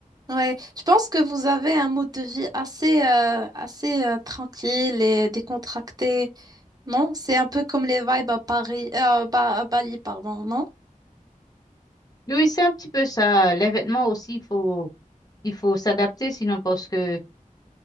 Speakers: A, on the right (about 25°); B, on the left (about 25°).
A: Ouais, je pense que vous avez un mode de vie assez, euh, assez euh, tranquille et décontracté, non? C'est un peu comme les vibes à Paris, euh, Ba- à Bali, pardon, non?
B: Oui, c'est un petit peu ça. Les vêtements aussi, il faut il faut s'adapter sinon parce que